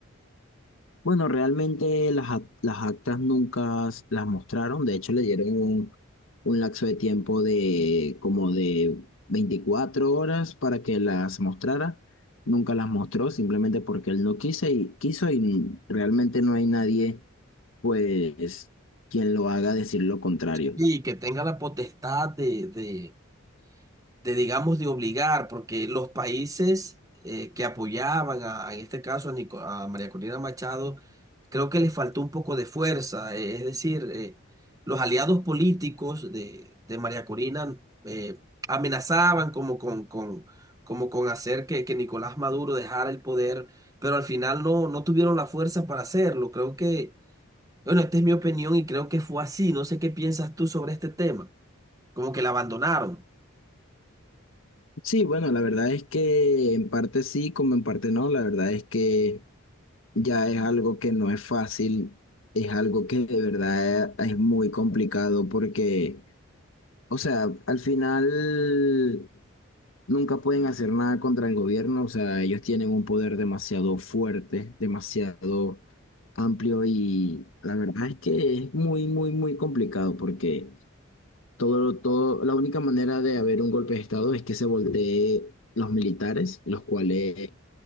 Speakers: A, on the left (about 70°); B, on the right (about 15°).
A: Bueno, realmente las, ac- las actas nunca s- las mostraron, de hecho le dieron un, un lapso de tiempo de como de 24 horas para que las mostrara, nunca las mostró simplemente porque él no quiso y, quiso y realmente no hay nadie pues quien lo haga decir lo contrario.
B: y que tenga la potestad de, de de, digamos, de obligar, porque los países eh, que apoyaban, a- en este caso a, Nico- a María Corina Machado, creo que les faltó un poco de fuerza, eh, es decir, eh, los aliados políticos de, de María Corina eh, amenazaban como con, con, como con hacer que, que Nicolás Maduro dejara el poder, pero al final no, no tuvieron la fuerza para hacerlo. Creo que, bueno, esta es mi opinión y creo que fue así. No sé qué piensas tú sobre este tema, como que la abandonaron.
A: Sí, bueno, la verdad es que en parte sí, como en parte no, la verdad es que... ya es algo que no es fácil, es algo que de verdad es muy complicado porque, o sea, al final nunca pueden hacer nada contra el gobierno, o sea, ellos tienen un poder demasiado fuerte, demasiado amplio y la verdad es que es muy, muy, muy complicado porque todo, todo, la única manera de haber un golpe de estado es que se voltee los militares, los cuales